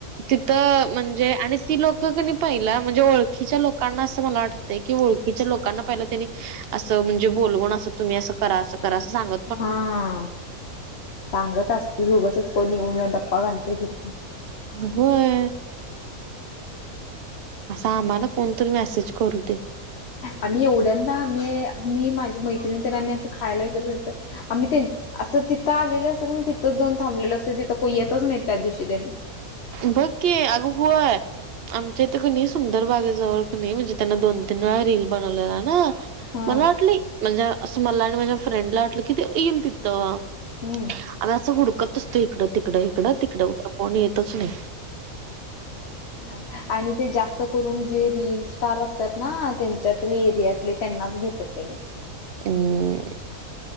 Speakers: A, on the right (about 55°); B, on the left (about 50°).
A: तिथं म्हणजे आणि ती लोकं की न पहिला म्हणजे ओळखीच्या लोकांना असं मला वाटत की ओळखीच्या लोकांना पाहिलं त्यांनी असं म्हणजे बोलवून असं तुम्ही असं करा सांगते. <unintelligible>
B: हां.. सांगत असतील उगाचच कोणी येवून गप्पा घालतं य तिथं.
A: व्हय. असं, आम्हाला कोणतरी मेसेज करू दे.
B: आम्ही एवढ्यांदा आम्ही, मी माझी मैत्रिणी तर आम्ही असं खायला गेलेलो तर आम्ही असं तिथं आलेलं असंन, तिथंच जाऊन थांबलेलं असतं, तिथं कोण येतच नाही त्या दिवशी त्यांनी.
A: बघ की, अगो! व्हय. आमच्या इथं की नहीं, सुंदर बागेजवळ की नहीं म्हणजे त्यांना दोन तीन वेळा रील बनवलेला ना!
B: हा
A: मला वाटलं, म्हणजे असं मला आणि माझ्या फ्रेंडला वाटलं कि ते ईल तिथं.
B: हम्म.
A: आम्ही असं हुडकत असतोय, इकडं तिकडं इकडं तिकडं खरं कोन येतच नाही.
B: हा, आणि ते जास्त करून जे रिल स्टार असत्यात ना त्यांच्यातले एरियातले त्यांनाच घेत त्यात तनी.
A: अं